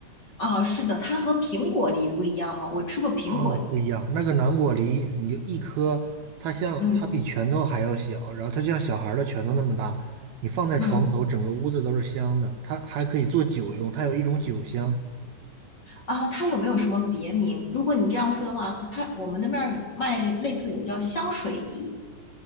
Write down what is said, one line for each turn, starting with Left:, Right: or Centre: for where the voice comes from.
Left: 哦，是的，它和苹果梨不一样吗？我吃过苹果梨。
Right: 啊，不一样。那个南果梨，你就一颗，它像它比拳头还要小，
Left: 嗯
Right: 然后它就像小孩儿的拳头那么大。你放在床头，
Left: 嗯。
Right: 整个屋子都是香的。它还可以做酒用，它有一种酒香
Left: 啊，它有没有什么别名？如果你这样说的话，它我们那边儿有卖类似有叫香水梨、